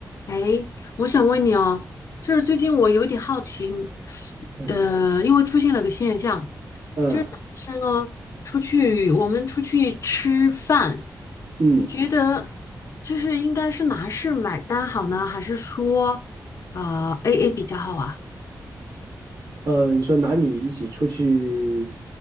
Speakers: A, on the left; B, on the right.
A: 哎，我想问你哦，就是最近我有点好奇，
B: 嗯
A: 呃，因为出现了个现象，
B: 嗯
A: 是哦出去我们出去吃饭，
B: 嗯
A: 你觉得就是应该是男士买单好呢，还是说呃 AA 比较好啊？
B: 呃，你说男女一起出去